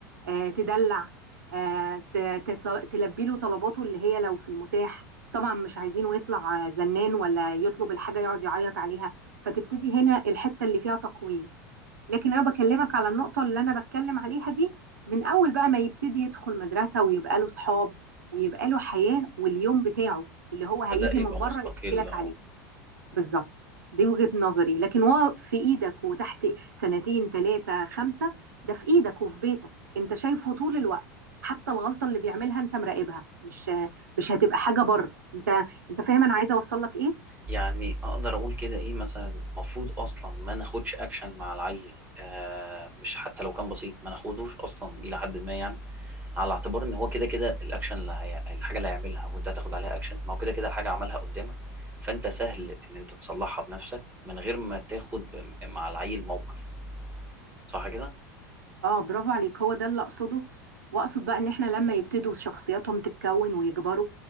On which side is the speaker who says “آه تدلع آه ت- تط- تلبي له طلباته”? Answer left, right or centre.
Right